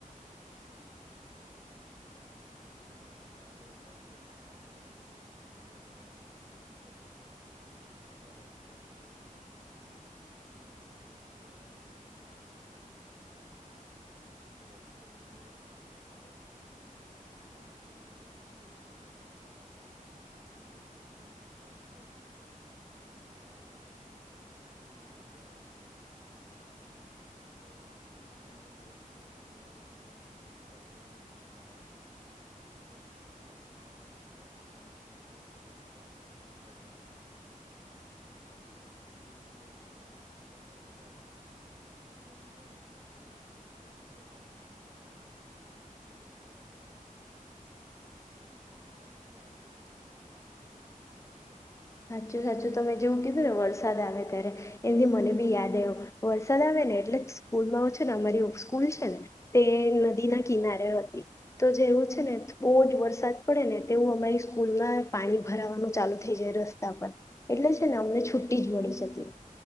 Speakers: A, on the right (about 30°); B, on the left (about 20°).
A: હા સાચી વાત છે તમારી બીજું તમને ખ્યાલ હોય તો આપડ ચોમાસા દરમિયાન સ્કૂલે જવાનું કે કશે ફરવા જવાનું પેલા રેનકોટને એવું બી કશું હતું નહીિ એક છત્રી લેવાની એની અંદર ઘણા બધા ભેગા થઈને જવાનું પછી રસ્ બધે પાણી ભરાયેલા હોય એમાં નાની નાની બોતો બનાવવાની કાગળની ને પછી એને ત્યાં મૂકવાની તરતી એને જોવાનું એટલી મજા આવતી પછી અમે તો અમારો જે રસ્તો હતો ત્યાં એક સાઈડમાં એક બીજી નાળ જેવી હતી ત્યાં છે ને સાઈડમાં ચોમાસા દરમિયાન બધા કરસલાં અંદર જમીન નથી નીકળતા તો અમે એ બી બધી વસ્તુ ત્યાં પકડવા જતા વરસાદ બંધ હોય ત્યારે ત્યાં એને પકડવાનું બહાર કાઢવાનું પછી એની જોડે રમવાનું કેટલી આનંદ ની વાત થાતી એમ
B: સાચું સાચું તમે જેવું કીધું ને વરસાદ આવે ત્યારે એથી મને બી યાદ આવ્યો વરસાદ આવે ને એટલે સ્કૂલમાં છે ને અમારી સ્કૂલ છે ને તે નદી ના કિનારે હતી તો જેવું છે ને બઉજ વરસાદ પડે ને તેવું અમારી સ્કૂલમાં પાણી ભરાવાનું ચાલુ થઈ જાય રસ્ એટલે છે ને અમને છુ્ટી જ મળી જતી